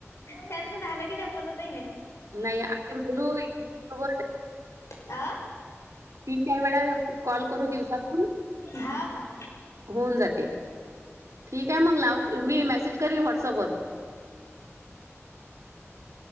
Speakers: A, on the left; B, on the right.
A: त्यांच झाल कि त्या बोलतही नाही.
B: नाही नाही आपण बोलू एकमेकांसोबत
A: अ
B: तीन चार वेळा कॉल करू दिवसातून.
A: हा हा
B: होऊन जाते ठीक आहे मग लाव मी मेसेज करीन व्हॉट्सअपवर.
A: ह <unintelligible>